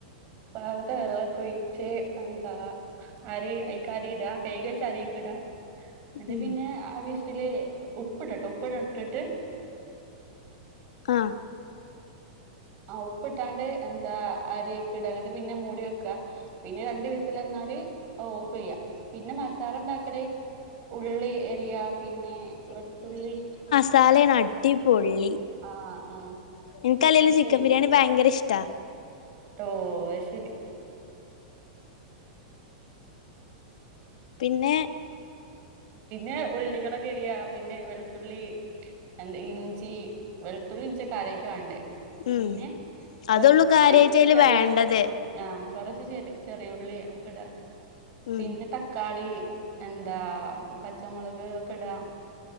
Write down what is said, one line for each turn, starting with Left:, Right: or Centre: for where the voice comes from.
Right: പാകത്തെ വെള്ളക്കൊഴിച്ച് എന്താ അരി അയിക്കരീടാ കൈകിവച്ച അരിയ്ക്ക്ടാ ഇന്നട്ട്
Left: ഉം
Right: പിന്നെ ആ വിസില് ഉപ്പിടട്ടോ ഉപ്പിടട്ടിട്ട്
Left: ആഹ്
Right: ആഹ് ഉപ്പ്ട്ടാണ്ട് എന്താ അരി അയിക്ക്ടാ ഇങ്ങട്ട് പിന്നെ മൂടി വെക്കാ പിന്നെ രണ്ട് വിസലന്നാല് അഅ് ഓഫയ്യാ പിന്നെ മസാലണ്ടാക്കല് ഉള്ളി എരിയാ പിന്നെ വെൾത്തുള്ളി
Left: സാലേണ് അടി പൊള്ളി
Right: ആഹ് ആഹ്
Left: ഇൻക്കല്ലേലും
Right: ന്നാ
Left: ചിക്കൻ
Right: ശരി
Left: ബിരിയാണി ഭയങ്കര ഇഷ്ടാ
Right: ട്ടോ അഹ്ശരി
Left: പിന്നെ
Right: പിന്നെ ഉള്ളികളൊക്കെ എരിയാ പിന്നെ വെൾത്തുള്ളി എന്ത ഇഞ്ചി വെൾത്തുള്ളിം ഇഞ്ചിയാ കാര്യായിട്ട് വാണ്ടേ പിന്നെ
Left: ഉം
Right: കൊർച്ച്
Left: അതൊള്ളൂ കാര്യായിട്ട് അയില്
Right: ചെറിയ
Left: വേണ്ടത്
Right: ആഹ് ആഹ് കൊറച്ച് ചെറി ചെറിയുള്ളി ഒക്കെ ഇടാ
Left: ഉം
Right: പിന്നെ തക്കാളി എന്താ പച്ചമുളക്ക് ഒക്കെടാ